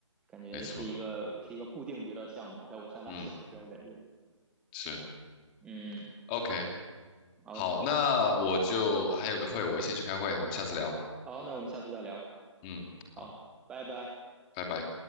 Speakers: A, in the centre; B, on the left.
A: 感觉是一个是一个固定娱乐项目，
B: 没错，
A: 在我上大学的时候感觉，
B: 嗯，是
A: 嗯，
B: ，OK，
A: 好
B: 好，那我就还有个会，我先去开会，我们下次聊，
A: 好，那我们下次再聊，
B: 嗯，
A: 好，
B: 好，
A: 拜拜。
B: 拜拜。